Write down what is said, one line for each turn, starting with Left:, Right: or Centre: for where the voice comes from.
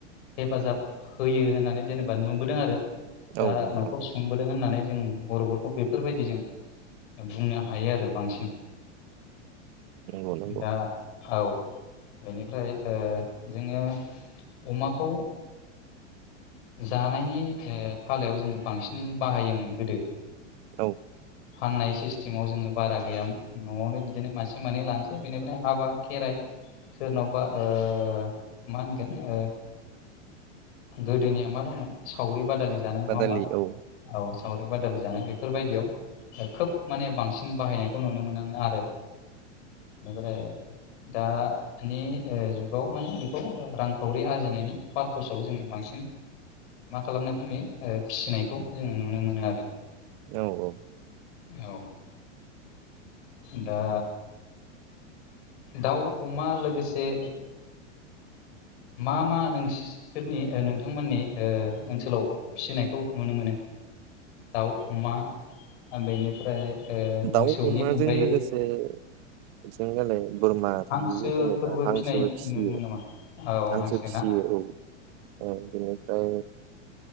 Left: हेफाजाब होयो होननानै जेनेबा नुबोदों आरो दा
Right: औ औ
Left: न'खर
Right: नंगौ
Left: सुंबोदों होननानै जों बर'फोरखौ बेफोरबायदिजों बुंनो हायो आरो बांसिन
Right: नंगौ नंगौ
Left: दा औ बेनिफ्राय ओ जोङो अमाखौ जानायनि फालायाव जोङो बांसिन बाहायोमोन गोदो
Right: औ
Left: फाननाय सिस- टिमाव जोङो बारा गैयामोन न'आवनो बिदिनो मासे मानै लानोसै बेनिफ्राय हाबा खेराइ सोरनावबा ओ मा होनगोन ओ गोदोनिया मा दंमोन सावरि बादालि जानाय नङा
Right: बादालि
Left: होमबा
Right: औ
Left: औ सावरि बादालि जानाय बेफोरबायदियाव खोब माने बांसिन बाहायनायखौ नुनो मोनो आरो बेनिफ्राय दा मानि ओ जुगाव माने बेखौ रांखावरि आरजिनायनि पारपसाव जोङो बांसिन मा खालामनायखौ नुयो फिसिनायखौ जोङो नुनो मोनो आरो
Right: औ औ
Left: औ दा दाउ अमा लोगोसे मा मा नोंसि सोरनि नोंथांमोननि ओनसोलाव फिसिनायखौ नुनो मोनो दाउ अमा बेनिफ्राय ओ
Right: दाउ
Left: मोसौनि
Right: अमाजों
Left: अनगायैबो
Right: लोगोसे बिथिं गालै बोरमा
Left: हांसोफोरबो
Right: बिदिनो जेनेबा हांसोबो
Left: फिनाय नुनोमोन
Right: फिसियो
Left: नामा? औ
Right: हांसो फिसियो
Left: ना
Right: औ औ बेनिफ्राय